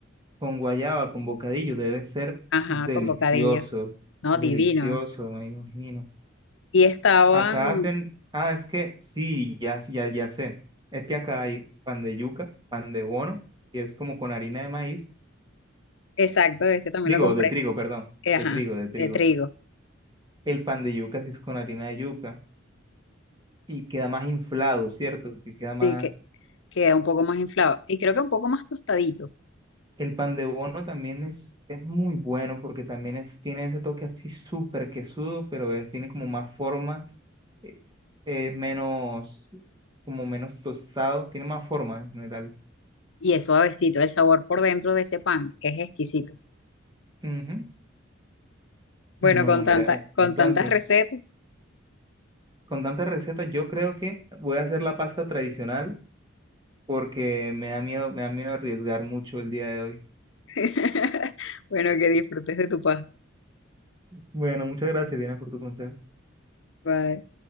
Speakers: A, on the right (about 20°); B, on the left (about 65°).
A: con guayaba, con bocadillo, debe ser
B: ajá,
A: delicioso,
B: con bocadillo, no,
A: delicioso,
B: divino.
A: me imagino.
B: Y estaban,
A: Acá hacen, ah, es que sí, ya, ya, ya sé, es que acá hay pan de yuca, pan de bono, que es como con harina de maíz,
B: exacto, ese también
A: digo,
B: lo compré,
A: de trigo, perdón,
B: eh,
A: de
B: ajá,
A: trigo, de trigo.
B: de trigo,
A: El pan de yuca sí es con harina de yuca y queda más inflado, ¿cierto? Que queda
B: sí,
A: más
B: que queda un poco más inflado y creo que un poco más tostadito.
A: El pan de bono también es, es muy bueno porque también es, tiene ese toque así súper quesudo, pero es- tiene como más forma, eh, es menos, como menos tostado, tiene más forma en general.
B: y es suavecito. El sabor por dentro de ese pan es exquisito.
A: Ujú.
B: Bueno,
A: No,
B: con
A: mira,
B: tanta,
A: e-
B: con
A: entonces,
B: tantas recetas.
A: con tantas recetas yo creo que voy a hacer la pasta tradicional porque me da miedo, me da miedo arriesgar mucho el día de hoy.
B: <laughs> Bueno, que disfrutes de tu pasta.
A: Bueno, muchas gracias, Diana, por tu consejo.
B: Bye.